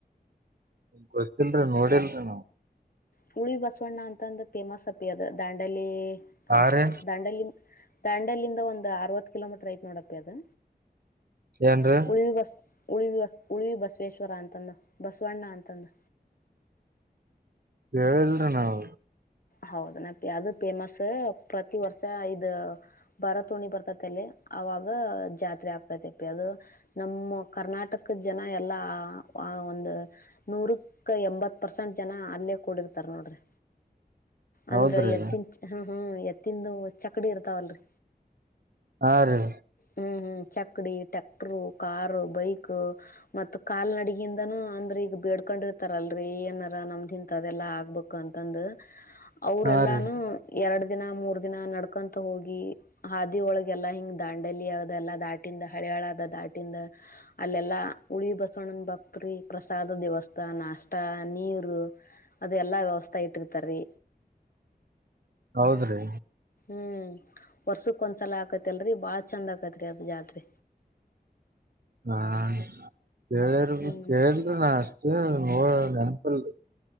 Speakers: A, on the right; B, on the left.
A: ಗೊತ್ತಿಲ್ರಿ ನೋಡಿಲ್ರಿ ನಾವು
B: ಹುಳಿ ಬಸ್ವಣ್ಣ ಅಂತಂದ್ ಫೇಮಸ್ ಅಪ್ಪಿ ಅದ ದಾಂಡೆಲಿ
A: ಹಾ
B: ಅಹ್
A: ರೀ
B: ದಾಂಡೆಲಿ ದಾಂಡೆಲಿಂದ ಒಂದ್ ಅರ್ವತ್ ಕಿಲೋಮೀಟರ್ ಐತ್ ನೋಡಪ್ಪಿ ಅದು
A: ಏನ್ರೀ
B: ಉಳಿವಿ ಬಸ್ ಉಳಿವಿ ಉಳಿವಿ ಬಸವೇಶ್ವರ ಅಂತಂದು ಬಸವಣ್ಣ ಅಂತಂದು
A: ಕೇಳಿಲ್ರಿ ನಾವು
B: ಹೌದನಪ್ಪಿ ಅದು ಫೇಮಸ್ಸು ಪ್ರತಿ ವರ್ಷ ಐದು ಬರತುಣಿ ಬರ್ತತಿ ಅಲ್ಲಿ ಅವಾಗ ಜಾತ್ರೆ ಆಗ್ತತಿಪ್ಪಿ ಅದು ನಮ್ಮ ಕರ್ನಾಟಕದ್ ಜನ ಎಲ್ಲಾ ಆ ಒಂದು ನೂರಕ್ಕೆ ಎಂಬತ್ ಪರ್ಸೆಂಟ್ ಜನ ಅಲ್ಲೇ ಕೂಡಿರ್ತಾರ್ ನೋಡ್ರಿ ಅಂದ್ರ
A: ಹೌದ್ರಿ
B: ಎತ್ತಿನ ಹ ಹ ಎತ್ತಿನ್ದು ಚಕ್ಡಿ ಇರ್ತಾವಲ್ರಿ
A: ಹಾ ರೀ
B: ಹ್ಮ್ ಹ್ಮ್ ಚಕ್ಡಿ, ಟ್ಯಾಕ್ಟರು, ಕಾರು, ಬೈಕು ಮತ್ತ ಕಾಲ್ನಡಗಿಂದಾನು ಅಂದ್ರೆ ಈಗ್ ಬೇಡ್ಕೊಂಡಿರ್ತಾರಲ್ರಿ ಏನಾರ ನಮ್ದ್ ಇಂತದೆಲ್ಲಾ ಆಗ್ಬೇಕು ಅಂತಂದು ಅವ್ರೆಲ್ಲಾನು
A: ಹಾ ರೀ
B: ಎರಡ್ ದಿನ ಮೂರ್ ದಿನ ನಡ್ಕೊಂತ ಹೋಗಿ ಹಾದಿ ಒಳಗ್ ಎಲ್ಲಾ ಹಿಂಗ್ ದಾಂಡ್ ಡೆಲಿ ಅದ್ ಎಲ್ಲಾ ದಾಟಿಂದ ಹಳೆಹಾಳದ ದಾಟಿಂದ ಅಲ್ಲೆಲ್ಲಾ ಉಳಿವ್ ಬಸ್ವಣ್ಣನ್ ಭಕ್ತರಿ ಪ್ರಸಾದ, ದೇವಸ್ಥನ ಅಷ್ಟ ನೀರು ಅದೆಲ್ಲಾ ವ್ಯವಸ್ಥಾ ಇಟ್ಟಿರ್ತಾರೀ
A: ಹೌದ್ರಿ
B: ಹ್ಮು ವರ್ಷಕ್ಕೆೊಂದ್ಸಲ ಆಕತಿಲ್ರಿ ಬಾಳ್ ಚಂದ ಆಕತ್ರೀ ಅದು ಜಾತ್ರೆ
A: ಹಾ ಕೇಳಿರ್
B: ಹ್ಮ್
A: ಕೇಳಿದಿನಾ ಅಷ್ಟೇ ನೋ ನೆನಪಿಲ್